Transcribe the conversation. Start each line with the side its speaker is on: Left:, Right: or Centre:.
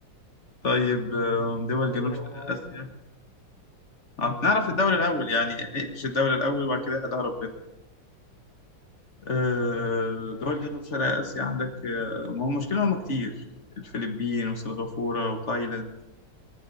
Left: طيب آه، دول
Right: هو
Left: جنوب شرق
Right: في عاصمة
Left: آسيا آه، نعرف الدولة الأول يعني نقفش الدولة الأول وبعد كده هدها ربنا آه،
Right: ماشي
Left: دول جنوب شرق آسيا عندك آه، ما هو المشكلة هم كتير الفلبين وسنغافورة وتايلاند